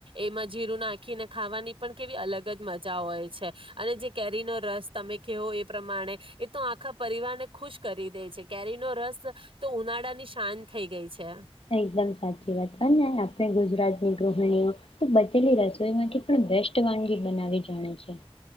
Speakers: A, on the right; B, on the left.
A: એમાં જીરું નાખીને ખાવાની પણ કેવી અલગ જ મજા હોય છે. અને જે કેરીનો રસ તમે કેવો એ પ્રમાણે, એ તો આખા પરિવારને ખુશ કરી દે છે. કેરી નો રસ તો ઉનાળાની શાન થઈ ગઈ છે.
B: એકદમ સાચી વાત. અને આપણે ગુજરાતની ગૃહિણીઓ તો, બચેલી રસોઈમાં કેટલું બેસ્ટ વાનગી બનાવી જાણે છે.